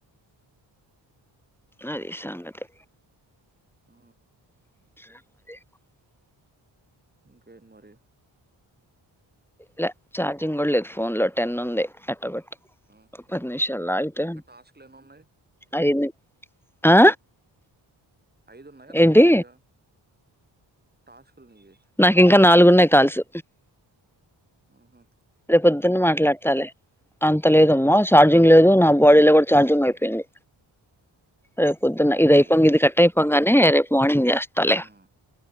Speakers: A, in the centre; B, on the right (about 20°).
A: అది సంగతి
B: ఆ
A: <inaudible>
B: ఇంక్ ఏంట్ మరి
A: లే ఛార్జింగ్ కూడా లేదు ఫోన్ లో టెన్ ఉంది ఎట్టపేట్
B: ఉమ్,
A: పది నిమిషాలు అయితే
B: ఇంకా టాస్క్లు ఎన్ని ఉన్నాయి
A: అయింది ఆ
B: ఐదున్నాయా నాలుగు
A: ఏంటి
B: ఉన్నాయా టాస్క్ నీయి
A: నాకు ఇంకా నాలుగున్నాయి కాల్సు
B: ఆహా
A: రేపుొద్దున్నె మాట్లాడతాలే అంత లేదు అమ్మా ఛార్జింగ్
B: నేను
A: లేదు నా బాడీ లో కూడా ఛార్జింగ్
B: ఉమ్,
A: అయిపోయింది రే పొద్దున్న ఇది
B: సర్లే
A: అయిపోంగా ఇది కట్టాయి పోంగనే రేపు మార్నింగ్ చేస్తా లే
B: ఉమ్,